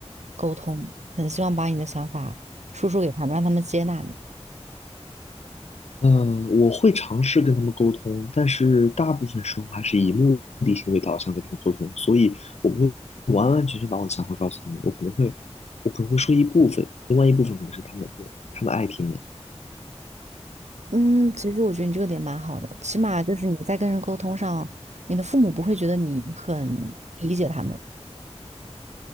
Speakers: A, on the right; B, on the left.
A: 沟通，很希望把你的想法输出给他们，让他们接纳你。
B: 嗯，我会尝试跟他们沟通，但是大部分时候还是以目的性为导向跟他们沟通，所以我不会完完全全把我的想法告诉他们，我可能会，我可能会说一部分，另外一部分可能是他们的，他们爱听的。
A: 嗯，其实我觉得你这个点蛮好的，起码就是你在跟人沟通上，你的父母不会觉得你很理解他们。